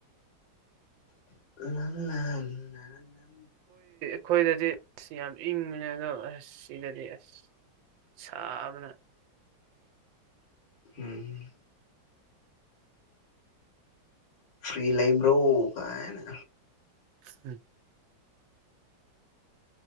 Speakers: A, on the left; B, on the right.
A: ꯅꯪꯅ
B: ꯑꯈꯣꯏꯗꯗꯤ ꯑꯁ ꯌꯥꯝ ꯏꯪꯕꯅꯦ ꯑꯗꯣ ꯑꯁ ꯁꯤꯗꯗꯤ ꯑꯁ ꯁꯥꯥꯕꯅ
A: ꯎꯝ ꯐ꯭ꯔꯤ ꯂꯩꯕ꯭ꯔꯣ ꯀꯥꯏꯅ
B: ꯍꯨꯝ